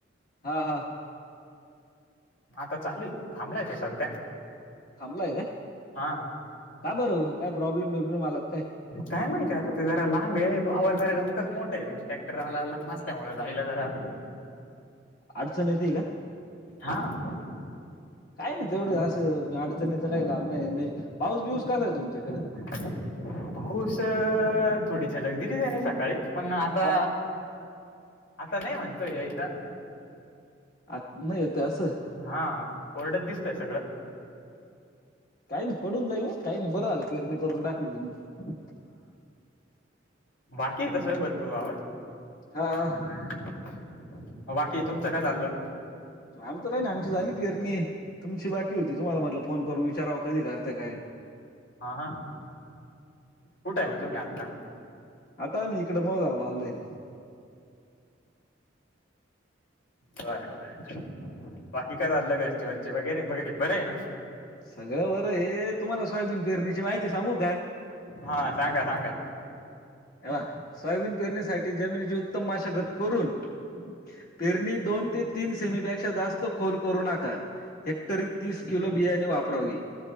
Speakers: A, on the left; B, on the left.
A: हा हा
B: आता चालूय थांबलाय तो सध्या
A: थांबलाय काय
B: हा
A: का बरं काय प्रॉब्लेम बिब्लेम आला का काय.
B: काय माहितीय आता ते जरा लांब ये आवर जरा जास्तच मोठा ये ट्रॅक्टर आलाय लांब असल्यामुळ जायला जरा
A: अडचण येते का?
B: हां
A: काय नाय तेवढं असं अडचणीचं काय काम नाय नी पाऊस बिऊस कसाय तुमच्याकड
B: पाऊस अ थोडी झलक दिलीच त्यांनी सकाळी पण आता
A: हा
B: आता नाय म्हणतोय यायचा.
A: आत नाययेत असं
B: हा कोरड्यात दिसतय सगळं
A: काय नाय पडून जाईल ओ काय नाय बरं झालं पेरणी करून टाकली तुम्ही
B: बाकीये तस भरपूर वावर
A: हा हा
B: म बाकी तुमचं काय चाललं.
A: आमच काय नाय आमची झाली पेरणी तुमची बाकी होती तुम्हाला म्हटलं फोन करून विचाराव कधी करता काय?
B: हा हा कुठय म टूम्ही आता
A: आता मी इकड मोळ गावला आलोय ना.
B: बर बर बाकी काय चाललं घरचे वरचे वगैरे बघ बरे ये ना
A: <unintelligible> सगळं बरये तुम्हाला सोयाबीन पेरणीची माहिती सांगू का?
B: हा सांगा सांगा
A: आ सोयाबीन पेरणीसाठी जमिनीची उत्तम माशागत करून पेरणी दोन ते तीन सेमीपेक्षा जास्त खोल करू नका. हेक्टरी तीस किलो बियाणे वापरावे